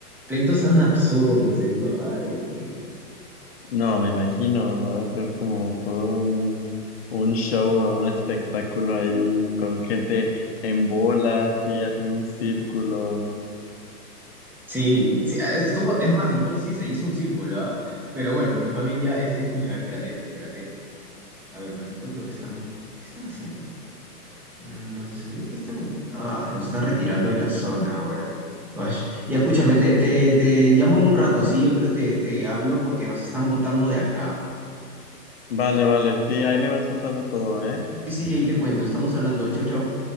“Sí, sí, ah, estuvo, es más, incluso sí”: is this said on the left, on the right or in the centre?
Centre